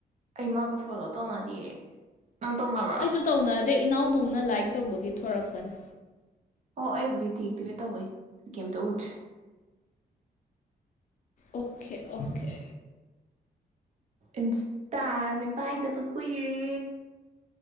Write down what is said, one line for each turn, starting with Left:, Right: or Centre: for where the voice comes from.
Right: ꯑꯩ ꯃꯒ ꯐꯣꯂꯣ ꯇꯧꯅꯔꯤꯌꯦ ꯅꯪ ꯇꯧꯅꯕ꯭ꯔꯣ
Left: ꯑꯩꯁꯨ ꯇꯧꯅꯗꯦ ꯏꯅꯥꯎ ꯅꯣꯝꯅ ꯂꯥꯏꯛ ꯇꯧꯕꯒꯤ ꯊꯣꯔꯛꯄꯅꯤ
Right: ꯑꯣ ꯑꯩꯕꯨꯗꯤꯗꯤ ꯑꯦꯛꯇꯤꯚꯦꯠ ꯇꯧꯕꯩ ꯀꯩꯝꯇ ꯎꯗ꯭ꯔꯦ
Left: ꯑꯣꯀꯦ ꯑꯣꯀꯦ
Right: ꯏꯟꯁꯇꯥꯁꯦ ꯄꯥꯏꯗꯕ ꯀꯨꯏꯔꯦ